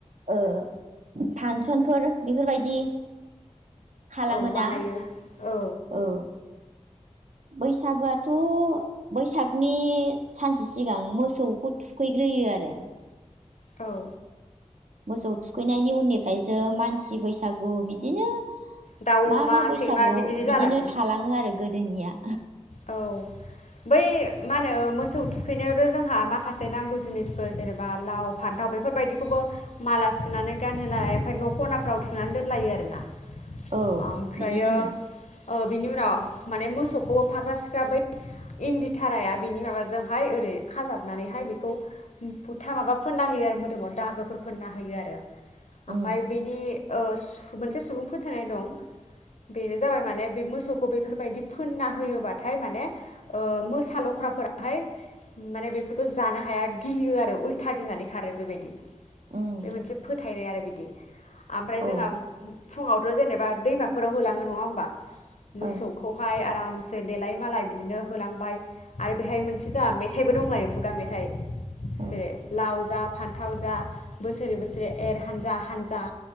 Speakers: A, on the right; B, on the left.
A: ओ फानसनफोर बेफोरबायदि खालामो
B: औ बानायो
A: ना
B: औ
A: औ बैसागोआथ बैसागनि सानसे सिगां मोसौखौ थुखैग्रोयो आरो
B: औ
A: मोसौ थुखैनायनि उननिफ्राय सो मानसि बैसागु बिदिनो
B: दाउ
A: मा
B: अमा
A: मा बैसागु
B: सैमा जालाङो
A: बिदिनो थालाङो आरो गोद दोनिया
B: औ बै मा होनो मोसौ थुखैनायावथ जोंहा माखासे नांगौ जिनिसफोर जेनेबा लाव फान्थाव बेफोरबायदिखौबो माला सुनानै गानहोनाय ओमफ्राय न ख'नाफ्राव थुनानै दोनलायो आरोना
A: औ
B: ओमफ्रायो
A: बिदि दोनो
B: ओ बिनि उनाव माने मोसौखौ फाख्रा सिख्रा बै इन्दि थाराया बेनि माबाजोंहाय ओरै खाजाबनानैहाय बेखौ बुथा माबा फोनना होयो आरो मोदोमाव दागोफोर फोनना होयो आरो ओमफाय
A: उम
B: बेनि ओ मोनसे सुबुं फोथायनाय दं बेनो जाबाय माने बे मोसौखौ बेफोरबायदि फोनना हो बाथाय माने मोसा लख्राफोराहाय माने बेफोरखौ जानो हाया गियो आरो उल्था गिनानै खारो बेबायदि
A: उम
B: बे मोनसे फोथायनाय आरो बिदि ओमफ्राय जोंहा
A: औ
B: फुङाव थ जेनेबा दैमाफोराव होलाङो नङा होनबा मोसौखौहाय
A: ओं
B: आराम सो देलाय मालाय बिदिनो होलांबाय आरो बेहाय मोनसे जाहा मेथाइबो दंलायो खुगा मेथाइ
A: औ
B: जेरै लाव जा फान्थाव जा बोसोरै बोसोरै एर हानजा हानजा